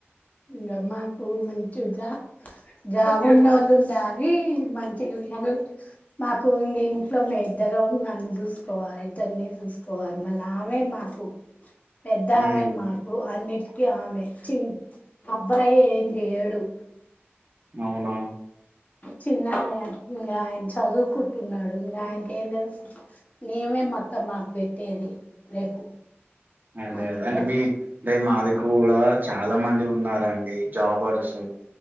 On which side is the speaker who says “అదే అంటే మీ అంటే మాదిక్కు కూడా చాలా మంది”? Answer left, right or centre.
Right